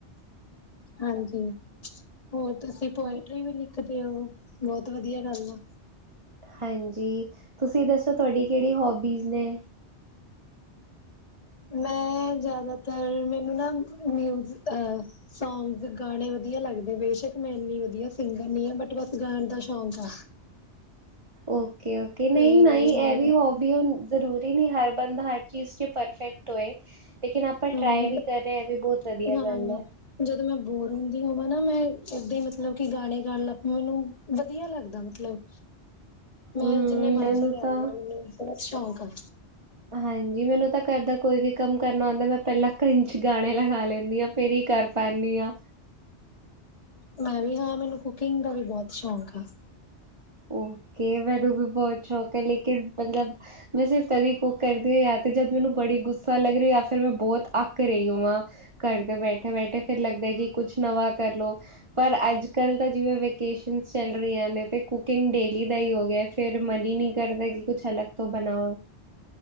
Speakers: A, on the left (about 30°); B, on the right (about 25°).
A: ਹਾਂਜੀ। ਹੋਰ ਤੁਸੀਂ ਪੋਇਟਰੀ
B: ਹਾਂ-
A: ਵੀ ਲਿਖ ਦੇ ਹੋ ਬਹੁਤ ਵਧੀਆ ਗੱਲ ਆ।
B: ਹਾਂਜੀ। ਤੁਸੀਂ ਦੱਸੋ ਤੁਹਾਡੀ ਕਿਹੜੀ ਹੋਬੀਜ਼ ਨੇ
A: ਮੈਂ ਜ਼ਿਆਦਾਤਰ ਮੈਨੂੰ ਨਾ ਮਿਜ਼ ਸੌਗ ਗਾਣੇ ਵਧੀਆ ਲੱਗਦੇ ਬੇਸ਼ਕ ਮੈਂ ਇੰਨੀ ਵਧੀਆ ਸਿੰਗਰ ਨ ਆ ਬਟ ਬਸ ਗਾਣ ਦਾ ਸ਼ੌਂਕ ਆ।
B: ਓਕੇ ਓਕੇ ਨਹੀਂ
A: ਤੇ ਮੈਨੂੰ
B: ਨਹੀਂ ਇਹ ਵੀ ਹੋਬੀ ਹ ਜ਼ਰੂਰੀ ਨਹੀਂ ਹਰ ਬੰਦਾ ਹਰ ਚੀਜ਼ ਚ ਪਰਫੈਕਟ ਹੋਏ। ਲੇਕਿਨ ਆਪਾਂ
A: ਹਮ
B: ਟਰਾਈ ਵੀ ਕਰ ਰਹੇ ਹ ਵੀ ਬਹੁਤ ਵਧੀਆ
A: ਹਾਂ
B: ਗੱਲ ਹੈ।
A: ਜਦੋਂ ਮੈਂ ਬੋਰ ਹੁੰਦੀ ਹੋਵਾਂ ਨਾ ਮੈਂ ਓਦਾਂ ਮਤਲਬ ਕਿ ਗਾਣੇ ਗਾਣ ਲੱਗ ਮੈਨੂੰ ਵਧੀਆ ਲੱਗਦਾ ਮਤਲਬ ਮੈਂ
B: ਹੂੰ
A: ਜਿੰਨੇ ਮਰਜੀ
B: ਮੈਨੂੰ
A: ਕਰ
B: ਤਾਂ
A: ਲਾ ਗੀ। ਸ਼ੋਕ ਆ।
B: ਹਾਂਜੀ ਮੈਨੂੰ ਤਾਂ ਘਰ ਦਾ ਕੋਈ ਵੀ ਕੰਮ ਕਰਨਾ ਹੁੰਦਾ ਮੈਂ ਪਹਿਲਾਂ ਕੰੰਨਚ ਗਾਣੇ ਲਗਾ ਲੈਂਦੀ ਹਾਂ ਫੇਰ ਹੀ ਕਰ ਪਾਉਦੀ ਹਾਂ।
A: ਮੈਂ ਵੀ ਹਾਂ ਮੈਨੂੰ ਕੁਕਿੰਗ ਦਾ ਵੀ ਬਹੁਤ ਸ਼ੌਕ ਆ।
B: ਓਕੇ ਮੈਨੂੰ ਵੀ ਬਹੁਤ ਸ਼ੋਕ ਹੈ। ਲੇਕਿਨ ਮਤਲਬ ਮੈਂ ਸਿਰਫ ਤਦੀ ਕੁ ਕਰਦੀ ਹ ਯਾ ਤੇ ਜਦ ਮੈਨੂੰ ਬੜੀ ਗੁੱਸਾ ਲੱਗ ਰਹੀ ਫਿਰ ਮੈਂ ਬਹੁਤ ਅੱਕ ਰਹੀ ਹ ਆ ਘਰ ਦੇ ਬੈਠੇ ਬੈਠੇ ਫਿਰ ਲੱਗਦਾ ਕਿ ਕੁਛ ਨਵਾਂ ਕਰਲੋ ਪਰ ਅੱਜ ਕੱਲ ਤਾਂ ਜਿਵੇਂ ਵੇਕੇਸ਼ਨ ਚੱਲ ਰਹੀਆਂ ਨੇ ਤੇ ਕੁਕਿੰਗ ਡੇਲੀ ਦਾ ਹੀ ਹੋ ਗਿਆ। ਫਿਰ ਮਨ ਹੀ ਨਹੀਂ ਕਰਦਾ ਕਿ ਕੁਛ ਅਲਗ ਤੋਂ ਬਣਾਓ।